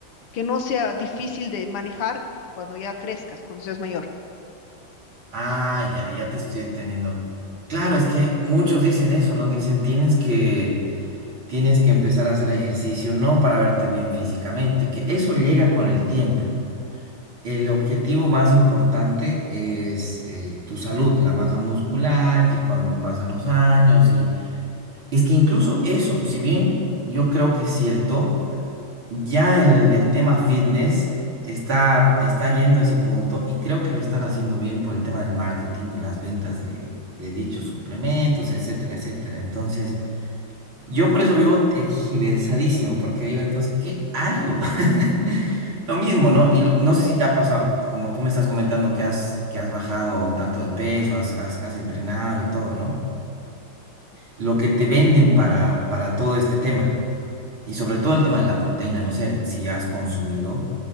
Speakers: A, on the left (about 80°); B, on the right (about 65°).
A: que no sea difícil de manejar cuando ya crezcas, cuando seas mayor.
B: Ah, ya, ya te estoy entendiendo. Claro, es que muchos dicen eso, ¿no? Dicen, tienes que, tienes que empezar a hacer ejercicio, no para verte bien físicamente, que eso llega con el tiempo. El objetivo más importante es eh, tu salud, la masa muscular, que cuando pasan los años y es que incluso eso, si bien yo creo que es cierto, ya el, el tema fitness está, está yendo a ese punto y creo que lo están haciendo bien por el tema del marketing y las ventas de, de dichos suplementos, etcétera, etcétera. Entonces, yo por eso vivo tergiversadísimo, porque digo, entonces, ¿qué hago? <laughs> Lo mismo, ¿no? Y lo- no sé si te ha pasado, como tú me estás comentando que has, que has bajado tanto de peso, has, has, has entrenado y todo, ¿no? Lo que te venden para, para todo este tema. Y sobre todo el tema de la proteína, no sé si has consumido